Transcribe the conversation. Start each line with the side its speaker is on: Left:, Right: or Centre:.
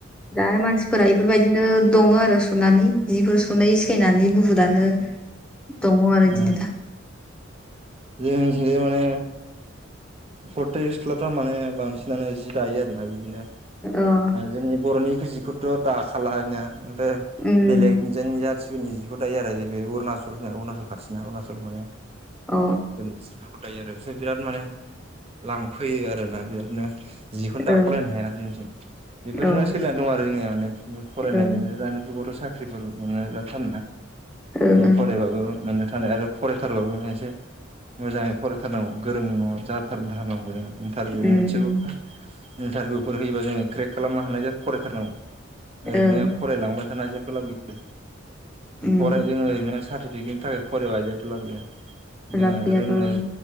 Centre: दा मानसिफोरा इफोरबायदिनो दङ आरो सुनानै जिफोर सुनाय सिखायनानै बुहुदानो दङ आरो
Right: ओ
Centre: इदिनो दा
Right: जोंनिथिंजाय माने गथाय सिख्लाफ्रा माने बांसिनानो जि दायो आरोना बिदिनो
Centre: अ
Right: जोंनि बर'नि जिखौथ' दाखाला ओमफ्राय
Centre: उम
Right: बेलेगनि जाथि फोरनि जिखौ दायो आरो जे बे अरुणचल जोंना अरुणचल खाथिना अरुणचल मानो
Centre: अ
Right: जिफोरखौ दायो आरो बिसोर बिराद माने लांफैयो आरो ना बिरादनो जिखौनो
Centre: औ
Right: दाख'लायनो हाया आरो जोंथि बेफोरजोंनो
Centre: ओं
Right: सोलिनानै दं आरो जोंनिया माने बिदिनो फरायनाय
Centre: ओं
Right: लिरनाय दानि जुगावथ साख्रिफोर मोननाया बिराद थान ना
Centre: ओं
Right: बिदिनो फरायबाबो माननो थानाय आरो फरायथारबाबो माने एसे मोजाङै फरायथारनांगौ गोरों जाथारथारनांगौ जोङो इन्टारभिउ
Centre: उम
Right: मोनसेबो
Centre: उम
Right: फा इन्टारभिउफोर होयोबा जोङो क्रेक खालामनो हानाय जाय फरायथारनांगौ ओरैनो
Centre: ओं
Right: फरायलांबा थाना जेबो लाब गैया
Centre: उम
Right: फराय जों ओरैनो साथि फिकेदनि थाखाय फरायबा जेब्बो लाब गैया जोङो
Centre: लाब गैयाथ'
Right: रोंनो